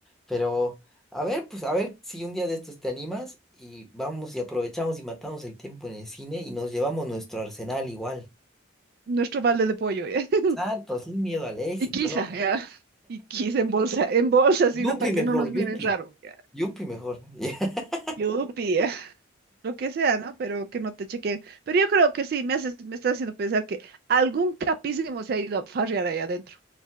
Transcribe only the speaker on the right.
Nuestro balde de pollo, ¿ya? <laughs>
Y quizá,
¿ya? Y quizá en bolsa, <laughs> en bolsa, sino
para
que no nos miren
raro, ¿ya?
Yupi, ya. Lo que sea, ¿no? Pero que no te chequen. Pero yo creo que sí, me haces, me estás haciendo pensar que algún capísimo se ha ido a farrear ahí adentro.